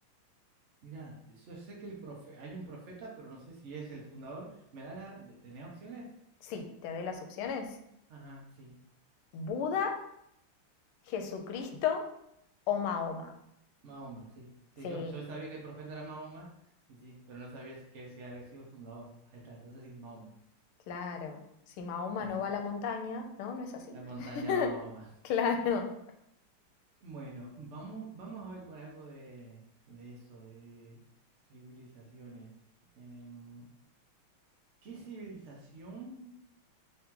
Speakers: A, on the right (about 65°); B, on the left (about 80°).
A: mirá, te- yo sé que el profe... hay un profeta, pero no sé si es el fundador. ¿Me da la... de- ¿Tenés opciones?
B: Sí, te doy las opciones.
A: Ajá, sí.
B: Buda, Jesucristo o Mahoma.
A: Mahoma, sí. Sí,
B: Sí,
A: yo, yo sabía que el profeta era Mahoma, sí, sí, pero no sabía si- que si había sido el fundador. Ahí está, entonces sí, Mahoma.
B: claro. Si Mahoma
A: Sí,
B: no
A: sí.
B: va a la montaña, ¿no? ¿No es así?
A: La montaña
B: <laughs>
A: va a Mahoma.
B: Claro.
A: Bueno, vamos, vamos a ver con algo de, de eso, de civilizaciones. Em, ¿qué civilización?